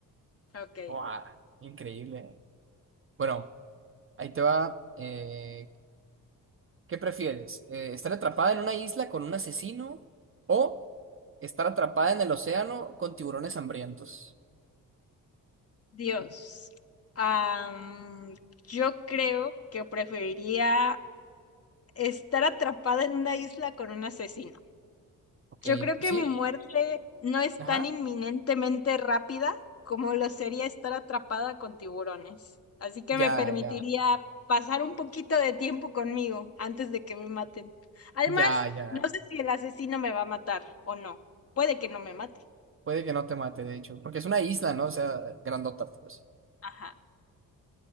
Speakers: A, on the left; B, on the right.
A: Ok,
B: Guau, Increíble. Bueno, ahí te va. eh, ¿qué prefieres? Eh, ¿estar atrapada en una isla con un asesino o estar atrapada en el océano con tiburones hambrientos?
A: Dios. Am, yo creo que preferiría estar atrapada en una isla con un asesino.
B: Ok,
A: Yo creo
B: pues
A: que
B: sí.
A: mi muerte no es
B: Ajá.
A: tan inminentemente rápida como lo sería estar atrapada con tiburones. Así que
B: Ya,
A: me permitiría
B: ya.
A: pasar un poquito de tiempo conmigo antes de que me maten. Además,
B: Ya, ya.
A: no sé si el asesino me va a matar o no. Puede que no me mate.
B: Puede que no te mate, de hecho. Porque es una isla, ¿no? O sea, grandota, pues.
A: Ajá,